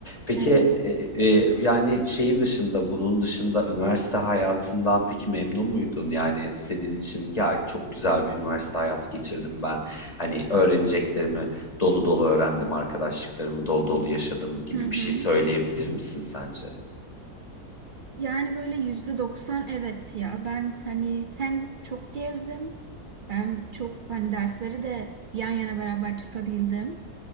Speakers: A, on the left; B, on the right.
A: Peki
B: Evet.
A: e, e, yani şeyin dışında bunun dışında üniversite hayatından peki memnun muydun? Yani senin için ya çok güzel bir üniversite hayatı geçirdim ben. Hani öğreneceklerimi dolu dolu öğrendim, arkadaşlıklarımı dolu dolu yaşadım gibi
B: Hı hı.
A: bir şey söyleyebilir misin sence?
B: Yani böyle yüzde doksan evet ya. Ben hani hem çok gezdim hem çok hani dersleri de yan yana beraber tutabildim.